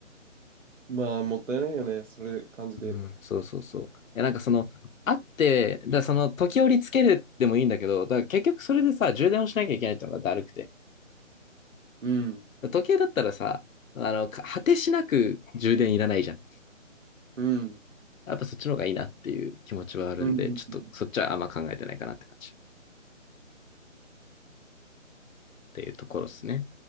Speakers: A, on the right (about 70°); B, on the left (about 90°).
A: まあ、もったいないよね。それ、感じで。
B: うん、そうそうそう。え、なんかその、あって、だからその時折つけるでもいいんだけど、だから結局それでさ、充電をしなきゃいけないってのがだるくて。
A: うん、
B: だから時計だったらさ、あの、か果てしなく充電いらないじゃん。
A: うん、
B: やっぱそっちの方がいいなっていう気持ちはあるんで、
A: うん。
B: ちょっとそっちはあんま考えてないかなって感じっ
A: うん
B: ていうところですね。